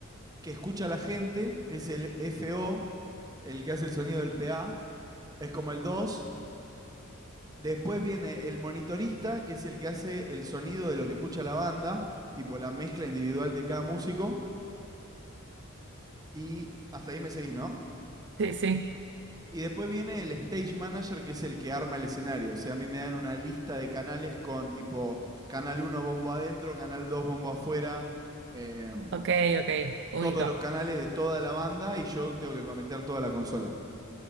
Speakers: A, on the right; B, on the right.
A: que escucha la gente, que es el FO, el que hace el sonido del PA. Es como el 2. Después viene el monitorista, que es el que hace el sonido de lo que escucha la banda, tipo la mezcla individual de cada músico. Y hasta ahí me seguís, ¿no?
B: Sí, sí.
A: Y después viene el stage manager, que es el que arma el escenario. O sea, a mí me dan una lista de canales con tipo canal uno bombo adentro, canal 2 bombo afuera. em,
B: Ok, ok. Único.
A: todos los canales de toda la banda y yo tengo que conectar toda la consola.